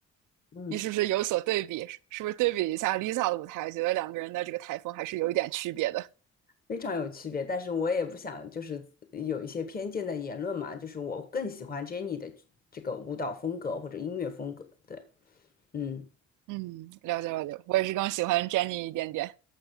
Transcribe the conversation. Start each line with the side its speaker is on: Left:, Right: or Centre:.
Left: 嗯，
Right: 你是不是有所对比？是不是对比一下 Lisa 的舞台，觉得两个人的这个台风还是有一点区别的？
Left: 非常有区别，但是我也不想就是有一些偏见的言论嘛，就是我更喜欢 Jennie 的这个舞蹈风格或者音乐风格。对，嗯。
Right: 嗯，了解了解。我也是更喜欢 Jennie 一点点。